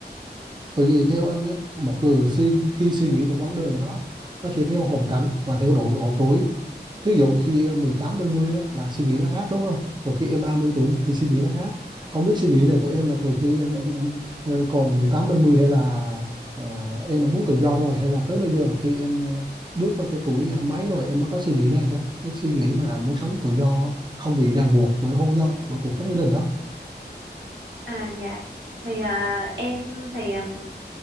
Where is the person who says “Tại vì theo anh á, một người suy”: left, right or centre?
Right